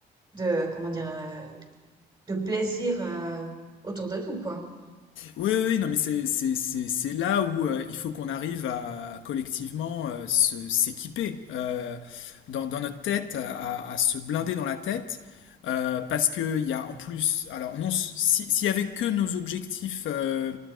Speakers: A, on the right; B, on the left.
A: de, comment dire, euh, de plaisir euh, autour de tout, quoi.
B: Oui, oui, oui, non, mais c'est c'est- c'est- c'est là où euh, il faut qu'on arrive à collectivement euh, se- s'équiper euh, dans, dans notre tête, à, à se blinder dans la tête, euh, parce que il y a en plus, alors non, si- s'il y avait que nos objectifs euh,